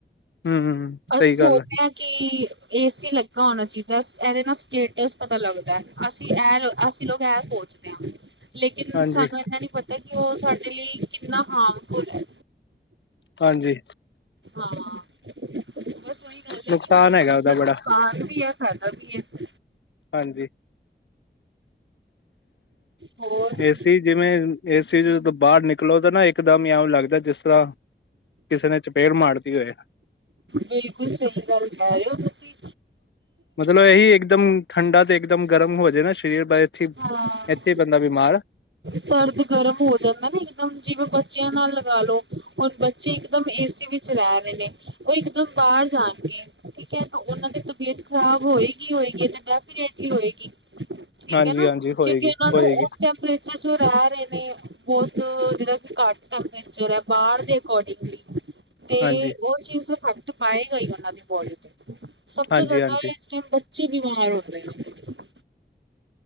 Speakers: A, on the left; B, on the right.
A: ਹੂੰ ਸਹੀ
B: ਅਸੀਂ ਸੋਚਦੇ
A: ਗੱਲ ਹੈ
B: ਹਾਂ ਕਿ ਏ ਸੀ ਲੱਗਾ ਹੋਣਾ ਚਾਹੀਦਾ ਇਹਦੇ ਨਾਲ ਸਟੇਟਸ ਪਤਾ ਲੱਗਦਾ ਅਸੀ -ਅਸੀ ਲੋਕ ਇਹ ਸੋਚਦੇ
A: <unintelligible>
B: ਹਾਂ ਲੇਕਿਨ
A: ਹਾਂਜੀ
B: ਸਾਨੂੰ ਇੰਨਾ ਨਹੀਂ ਪਤਾ ਕਿ ਉਹ ਸਾਡੇ ਲਈ ਕਿੰਨਾ ਹਾਰਮਫੁਲ ਹੈ।
A: ਹਾਂਜੀ
B: ਹਾਂ ਬਸ ਉਹੀ ਗੱਲ ਹੈ
A: ਨੁਕਸਾਨ
B: ਕਿ ਹਰ
A: ਹੈਗਾ
B: ਚੀਜ਼
A: ਉਹਦਾ
B: ਨੁਕਸਾਨ
A: ਬੜਾ
B: ਸਾਨ ਵੀ ਐ ਫਾਇਦਾ ਵੀ ਐ।
A: ਹਾਂਜੀ
B: ਹੋਰ
A: ਏਸੀ ਜਿਵੇਂ ਏਸੀ 'ਚ ਦੋਂ ਬਾਹਰ ਨਿਕਲੋ ਤਾਂ ਨਾ ਇੱਕਦਮ ਇਉਂ ਲੱਗਦਾ ਜਿਸ ਤਰ੍ਹਾਂ ਕਿਸੇ ਨੇ ਚਪੇੜ ਮਾਰਤੀ ਹੋਏ।
B: ਬਿਲਕੁਲ ਸਹੀ ਗੱਲ ਕਹਿ ਰਹੇ ਓ ਤੁਸੀ
A: ਮਤਲਬ ਇਹੀ ਇੱਕਦਮ ਠੰਡਾ ਤੇ ਇੱਕਦਮ ਗਰਮ ਹੋ ਜਾ ਨਾ ਸਰੀਰ ਬ ਇਥੇ
B: ਹਾਂ
A: ਇੱਥੇ ਬੰਦਾ ਬਿਮਾਰ
B: ਸਰਦ ਗਰਮ ਹੋ ਜਾਂਦਾ ਨਾ ਮ ਜਿਵੇਂ ਬੱਚਿਆਂ ਨਾਲ ਲਗਾ ਲੋ ਹੁਣ ਬੱਚੇ ਇਕ ਦਮ ਏਸੀ ਵਿੱਚ ਰਹਿ ਰਹੇ ਨੇ ਉਹ ਇਕਦਮ ਬਾਹਰ ਜਾਣਗੇ ਠੀਕ ਹੈ ਉਹਨਾਂ ਦੀ ਤਬੀਅਤ ਖ਼ਰਾਬ ਹੋਏਗੀ ਹੋਏਗੀ ਡੈਫਨੈਟਲੀ ਹੋਏਗੀ ਹੋਏਗੀ ਠੀਕ
A: ਹਾਂਜੀ
B: ਐ ਨਾ
A: ਹਾਂਜੀ ਹੋਏਗੀ
B: ਕਿਉਂਕਿ ਉਹਨਾਂ
A: ਹੋਏਗੀ
B: ਨੂੰ ਉਸ ਟੈਂਪਰੇਚਰ <unintelligible> ਰਹੇ ਨੇ ਜਿਹੜਾ ਕਿ ਘੱਟ ਟੈਂਪਰੇਚਰ ਹੈ ਬਾਹਰ ਦੇ ਅਕੋਰਡਿੰਗਲੀ ਤੇ
A: ਹਾਂਜੀ
B: ਉਸ ਚੀਜ਼ ਫੈਕਟ ਪਾਏਗਾ ਹੀ ਉਹਨਾਂ ਦੀ ਬੋਡੀ ਤੇ ਸਭ
A: ਹਾਂਜੀ
B: ਤੋਂ ਜ਼ਿਆਦਾ
A: ਹਾਂਜੀ
B: ਇਸ ਟਾਈਮ ਬੱਚੇ ਬਿਮਾਰ ਹੋਦੇ ਨੇ